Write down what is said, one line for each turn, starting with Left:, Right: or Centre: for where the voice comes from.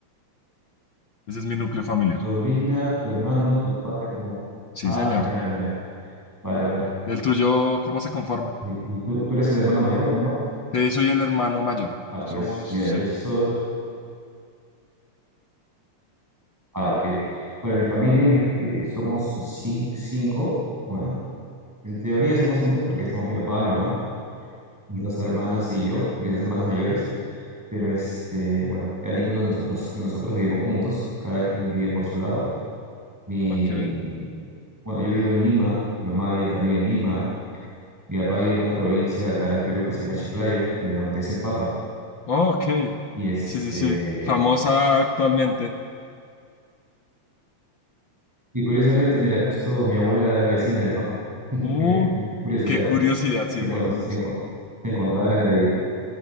Left: Ese es mi núcleo familiar.
Centre: ¿Tu sobrina, tu hermano, tu padre, tu madre?
Left: Sí,
Centre: Ah,
Left: señor.
Centre: genial, mira. Vale, vale.
Left: ¿El tuyo cómo se conforma?
Centre: ¿Y, y tú, tú eres el hermano mayor, menor?
Left: Sí, soy el hermano mayor.
Centre: Ah, pues
Left: Somos,
Centre: mira, yo
Left: sí.
Centre: soy... Ah, ok. Bueno, en mi familia en mi eh, somos cin- cinco. Bueno, en teoría somos cinco porque estamos mi papá, mi mamá, mis dos hermanas y yo, mis dos hermanas mayores. Pero este, bueno, ya ninguno de nosotros, de nosotros vivimos juntos, cada quien vive por su lado. Mi,
Left: Ok.
Centre: bueno, yo vivo en Lima, mi mamá vive también en Lima, mi papá vive en una provincia de acá de Perú que se llama Chiclayo, de donde es el Papa.
Left: Oh, ok.
Centre: Y este,
Left: Sí, sí, sí. Famosa actualmente.
Centre: y curiosamente, mira, justo mi abuela era vecina del Papa. <laughs>
Left: Uh,
Centre: Qué, qué curiosidad.
Left: qué curiosidad, sí,
Centre: Que
Left: muy,
Centre: cuando
Left: muy,
Centre: se, encon- se encontraban en el edificio,